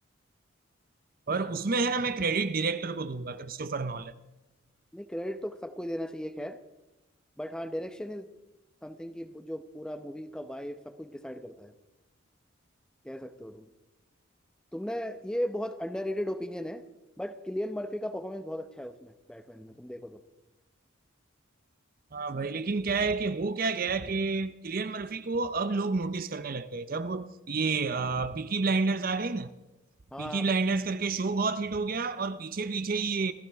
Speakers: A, on the right (about 45°); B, in the centre.
A: और उसमें है ना मैं क्रेडिट डायरेक्टर को दूंगा क्रिस्टोफर नॉलन
B: नहीं क्रेडिट तो सबको ही देना चाहिए खैर बट हाँ डायरेक्शन इज समथिंग कि जो पूरा मूवी का वाइब सब कुछ डिसाइड करता है कह सकते हो तुम तुमने ये बहुत अंडररेटेड ओपिनियन है बट किलियन मर्फी का परफॉर्मेंस बहुत अच्छा है उसमें बैटमैन में तुम देखो तो
A: हाँ भाई लेकिन क्या है कि हो क्या गया कि किलियन मर्फी को अब लोग नोटिस करने लग गए जब ये पीकी ब्लाइंडर्स आ गई ना
B: हाँ
A: पीकी ब्लाइंडर्स
B: बट
A: करके शो बहुत हिट हो गया और पीछे पीछे ये